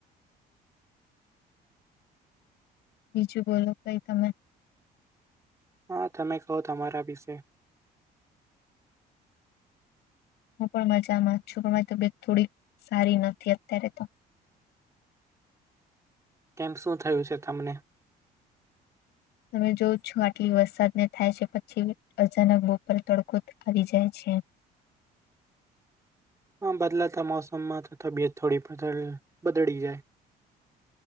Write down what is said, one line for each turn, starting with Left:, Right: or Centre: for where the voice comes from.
Left: બીજું બોલો કઈ તમે
Right: હા તમે કહો તમારા વિશે?
Left: હું પણ મજામાં છું પણ મારી તબિયત થોડીક સારી નથી અત્યારે તો
Right: કેમ શું થયું છે, તમને?
Left: તમે જોવ છો આટલી વરસાદને થાય છે, પછી અચાનક બપોરે તડકો આવી જાય છે.
Right: હ બદલાતા મોસમમાં તો તબિયત થોડી બદલ બદડી જાય